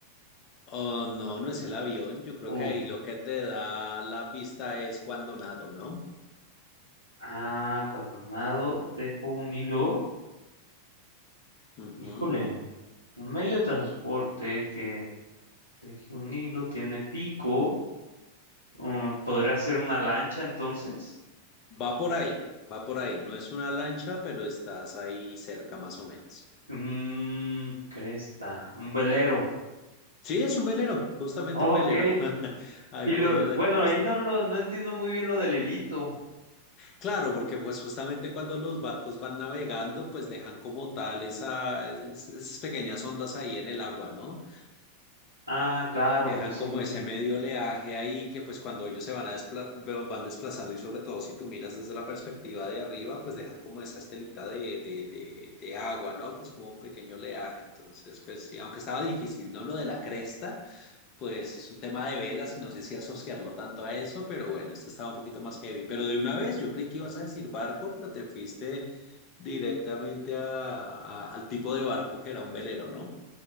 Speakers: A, on the left (about 35°); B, on the right (about 85°).
A: Oh, no, no es el avión. Yo creo
B: Uh.
A: que ahí lo que te da la pista es cuando nado, ¿no?
B: Ah, cuando nado dejo un hilo.
A: Ujú.
B: Híjole, un medio de transporte que deje un hilo tiene pico. Mm, ¿podría ser una lancha entonces?
A: Va por ahí, va por ahí. No es una lancha, pero estás ahí cerca más o menos.
B: Mm, cresta, un velero.
A: Sí, es un velero, justamente
B: Ok.
A: un velero. <laughs> Ahí
B: Y
A: por
B: lo,
A: lo de la
B: bueno,
A: cresta.
B: ahí no lo, no entiendo muy bien lo del hilito.
A: Claro, porque pues justamente cuando los barcos van navegando, pues dejan como tal esa- es- esas pequeñas ondas ahí en el agua, ¿no?
B: Ah, claro,
A: Que dejan
B: pues
A: como
B: sí, sí,
A: ese
B: sí.
A: medio oleaje ahí que pues cuando ellos se van a despla- van desplazando y sobre todo si tú miras desde la perspectiva de arriba, pues dejan como esa estelita de, de, de, de agua, ¿no? Que es como un pequeño oleaje. Entonces, pues sí, aunque estaba difícil, ¿no? Lo de la cresta. Pues es un tema de velas y no sé si asociarlo tanto a eso, pero bueno, este estaba un poquito más heavy. Pero de una vez, yo creí que ibas a decir barco, pero te fuiste directamente a- a- al tipo de barco que era un velero, ¿no?